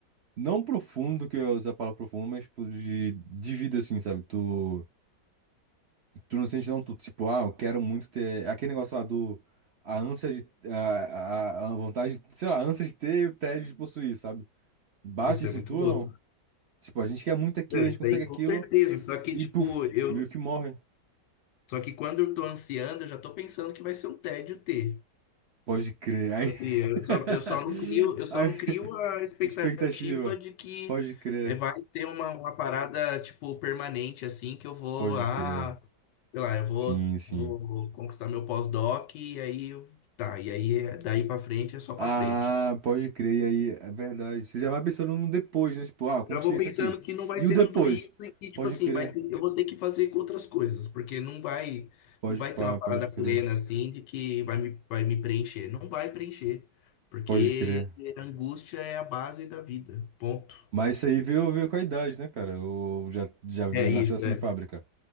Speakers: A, on the right; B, on the left.
A: não profundo, que eu ia usar a palavra profundo, mas, tipo, de, de vida, assim, sabe? Tu, tu não sente, não, tu, tipo, ah, eu quero muito ter. Aquele negócio lá do. A ânsia de. A, a, a vontade, de- sei lá, a ânsia de ter e o tédio de possuir, sabe? Bate
B: Isso
A: isso
B: é muito
A: em tu, ou
B: louco.
A: não? Tipo, a gente quer muito aquilo,
B: Não,
A: a
B: isso
A: gente consegue
B: aí com
A: aquilo
B: certeza. Só que,
A: e,
B: tipo,
A: puf,
B: eu.
A: meio que morre.
B: Só que quando eu tô ansiando, eu já tô pensando que vai ser um tédio ter.
A: Pode crer. Aí.
B: Assim, eu
A: <laughs>
B: só, eu só não crio, eu só
A: Aí.
B: não crio a expectativa
A: Expectativa.
B: de que
A: Pode crer.
B: eh, vai ser uma, uma parada, tipo, permanente, assim, que eu vou,
A: Pode
B: ah,
A: crer.
B: sei lá, eu vou,
A: Sim, sim.
B: vou conquistar meu pós-doc e aí, eu- tá, e aí, eh, daí pra frente é só
A: Ah,
B: pra frente.
A: pode crer, e aí, é verdade. Você já vai pensando no depois, né? Tipo, ah, eu conquistei
B: Já vou
A: isso
B: pensando
A: aqui.
B: que não vai
A: E
B: ser
A: o depois?
B: tudo isso e que, tipo
A: Pode
B: assim,
A: crer,
B: vai ter, eu vou ter que fazer com outras coisas, porque não vai,
A: pode
B: não vai
A: pá,
B: ter uma
A: pode
B: parada
A: crer,
B: plena assim de que vai me, vai me preencher. Não vai preencher, porque
A: pode crer.
B: a angústia é a base da vida. Ponto.
A: Mas isso aí veio, veio com a idade, né, cara? Eu já, já veio-
B: É isso,
A: nasceu assim
B: é.
A: de fábrica.